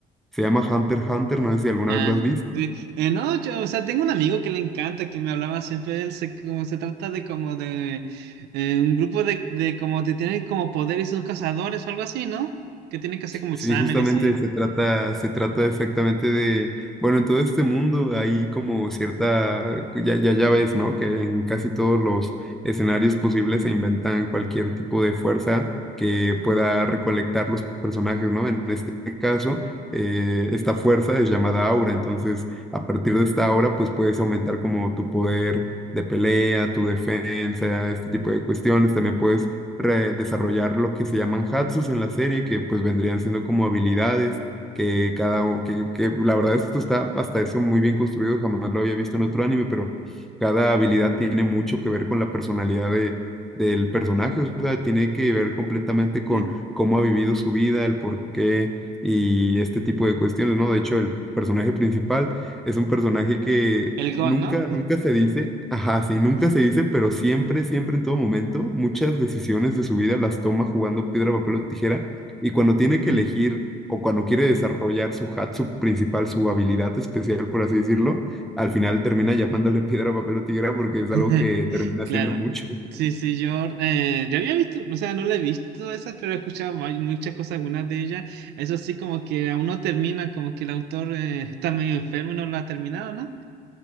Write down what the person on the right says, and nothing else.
Ah,
sí. Eh, no, yo, o sea, tengo un amigo que le encanta, que me hablaba siempre de él, se, como se trata de como de eh, un grupo de, de como que tienen como poder y son cazadores o algo así, ¿no? Que tienen que hacer como
exámenes
y...
Sí.
El GON,
¿no?
<laughs>
Sí,
sí.
Sí.
<laughs>
Claro.
Sí, sí, yo, eh, yo había visto, o sea, no la he visto esas, pero he escuchado mu- muchas cosas, algunas de ellas. Eso sí, como que aún no termina, como que el autor eh, está medio enfermo y no lo ha terminado, ¿no?